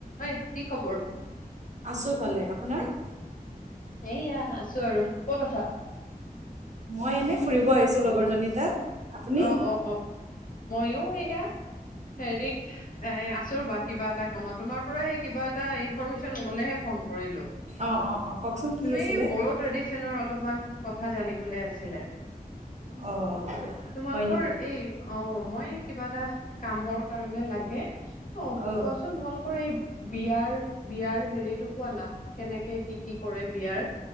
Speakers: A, on the left (about 60°); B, on the right (about 50°).
A: ঐ কি খবৰ?
B: আছোঁ ভালে আপোনাৰ।
A: এইয়া আছোঁ আৰু, ক'ত আছা?
B: মই এনে ফুৰিব আহিছোঁ লগৰজনী তাত। আপুনি
A: অহ অ অ অ। মইও এয়া হেৰিত এ আছোঁ ৰবা কিবা এটা কামত তোমাৰ পৰাই- কিবা এটা ইনফৰ্মেচন ল'বলৈ ফোন কৰিলোঁ।
B: অঁ অঁ অঁ কওকচোন কি
A: তুমি
B: আছিলে
A: বড়ো ত্ৰেদিচনৰ অলপমান কথা জানিব আছিলে।
B: অঁ
A: তোমালোকৰ
B: হয় নেকি
A: এই অ মই কিবা এটা কামৰ কাৰণে লাগ। কে। অ কোৱাচোন
B: অঁ
A: তোমালোকৰ এই বিয়াৰ বিয়াৰ হেৰিতটো কোৱা না কেনেকে কি কি কৰে বিয়াৰ?